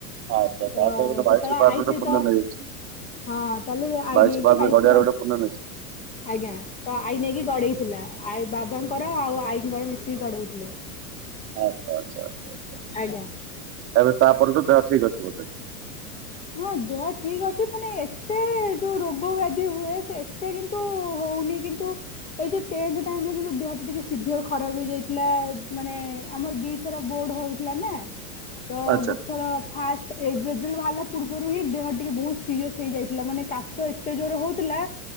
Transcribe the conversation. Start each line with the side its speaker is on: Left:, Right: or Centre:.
Right: ଆଛା
Left: ତ
Right: ତାପରେ ଗୋଟେ ବାଇଶି
Left: ସେତେବେଳେ
Right: ପାହାଚରେ
Left: ଆଈ
Right: ଗୋଟେ
Left: ସହିତ
Right: ପୂର୍ଣ୍ଣ ନେଇଯାଇଛି
Left: ହଁ ତାହେଲେ ଆଈ
Right: ବାଇଶ
Left: ନେଇକି
Right: ପାହାଚରେ
Left: ବାଇଶି
Right: ଗଡେଇଆରେ ଗୋଟେ ପୂର୍ଣ୍ଣ ନେଇଛି।
Left: ଆଜ୍ଞା। ତ ଆଇ ନେଇକି ଗଡେଇଥିଲା ଆ ବାବାଙ୍କର ଆଉ ଆଈଙ୍କର ମିଶିକି ଗଡଉଥିଲେ।
Right: ଆଚ୍ଛା ଆଚ୍ଛ ଆଛା ଆଛା।
Left: ଆଜ୍ଞା।
Right: ତାହେଲେ ତାପରଠୁ ଦେହ ଠିକ୍ ଅଛି ବୋଧେ।
Left: ହଁ ଦେହ ଠିକ ଅଛି ମାନେ ଏତେ ଯୋଉ ରୋଗ ବ୍ୟାଧି ହୁଏ ଏତେ କିନ୍ତୁ ହଉନି କିନ୍ତୁ ଏଇ ଯେ ଟେନ୍ଥ ଟାଇମ ରେ କିନ୍ତୁ ଦେହଟିା ଟିକିେ ସିଭିଅର୍ ଖରାପ ହେଇଯାଇଥିଲା ମାନେ ଆମର ଦୁଇଥର ବୋର୍ଡ଼ ହଉଥିଲା ନା। ତ
Right: ଆଚ୍ଛା
Left: ଗୋଟଥର ଫାଷ୍ଟ ଏଇ ରେଜଲ୍ଟ ବାହାରିଲା ପୂର୍ବରୁ ହିଁ ଦେହ ଟିକେ ବହୁତ ସିରିଅସ ହେଇଯାଇଥିଲା ମାନେ କାଶ ଏତେ ଜୋରରେ ହଉଥିଲା